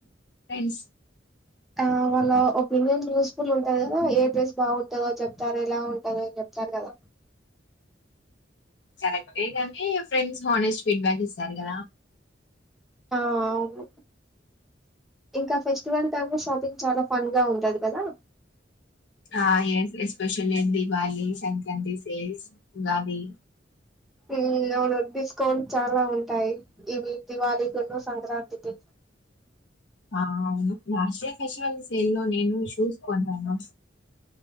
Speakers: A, on the left; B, in the centre.
A: ఫ్రెండ్స్
B: ఆ వాళ్ళ ఒపీనియన్ యూస్ఫుల్ ఉంటాది కదా ఏ డ్రెస్ బాగుంటదో చెప్తారో ఎలా ఉంటదో చెప్తారు కదా
A: కరెక్టే కాని ఫ్రెండ్స్ హానెస్ట్ ఫీడ్బ్యాక్ ఇస్తారు కదా
B: ఆ అవును ఇంకా ఫెస్టివల్ టైమ్ లో షాపింగ్ చాలా ఫన్ గా ఉంటది కదా
A: ఆ ఏం ఎస్పెషలీ దివాళి, సంక్రాంతి సేల్స్ ఉగాది
B: ఉ అవును డిస్కౌంట్ చాలా ఉ టాయి ఇవి దివాళీ, సంక్రాంతికి
A: ఆ అవును ఆశా ఫేషల్ సేల్ లో నేను షూస్ కొన్నాను